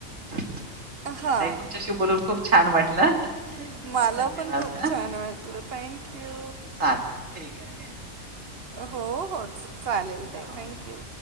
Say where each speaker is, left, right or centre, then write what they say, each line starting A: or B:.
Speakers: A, on the right; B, on the right.
A: चलाई
B: हां
A: तुमच्याशी बोलून खूप छान वाटलं.
B: मला
A: धन्यवाद
B: पण खूप छान वाटलं थँक्यू
A: चालेल ठीक आहे धन्य.
B: हो हो चालेल ते
A: हो हो.
B: Thank you.